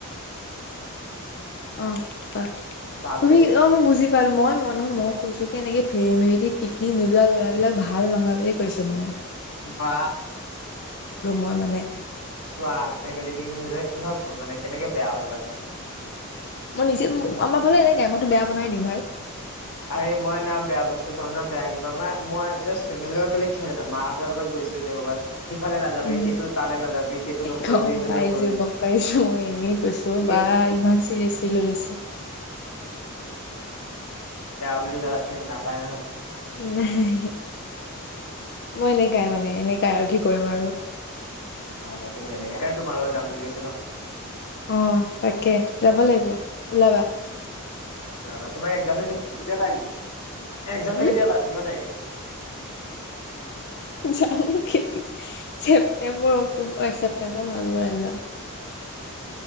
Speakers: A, on the left; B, on the left.
A: অ কোৱা
B: ভাগৰি
A: তুমি অ মই বুজি মই মই কৈছো কে এনেকে ফেমেলি পিকনিক নোযোৱা ল'ৰাবিলাক ভাল নহয় বুলি কৈছো মই ।
B: ৱা
A: মই মানে
B: চোৱা ফেমেলি পিকনিক নোযোৱাই কিহৰ মানে কেনেকে বেয়া হল কোৱাচোন
A: মই নিজে আমাৰ ফালে এনেকাই মইতো বেয়া বনাই দিওঁ ভাই ।
B: আৰে মই না বেয়া বস্তু খাম ন বেয়া কিবা মানে মই জাষ্ট ফেমিল লগত গ'লে কি হয় জানা মা হঁতৰ লগত গৈছো এতিয়া কৰবাত সিফালে নাযাবি
A: উম
B: সেইটো তালে নাযাবি সেইটো নকৰিবি
A: গম
B: এইটো
A: পাইছো
B: নকৰিবি
A: গম পাইছো মই এনেই কৈছো
B: ঠিক
A: বা ইমান চিৰিয়াচলি লয় লৈছে ।
B: <unintelligible> হেত নাপায় নহয়
A: নাই মই এনেকাই মানে এনেকাই আৰু কি কৰিম আৰু ।
B: হয় তুমি এনেকাই সেকাৰণে তোমাৰ লগত যাম বুলি কৈছিলো ।
A: অ তাকে যাব লাগিব ওলাবা ।
B: ওলাবা <unintelligible> একজামটো
A: উম,
B: কেতিয়া পৰা আছে কিমান তাৰিখ
A: জানো কেতিয়া ছেপ্তেম্বৰ
B: <unintelligible>
A: অক্টোবৰ এক ছেপ্টেম্বৰ মানত মোৰ একজাম ।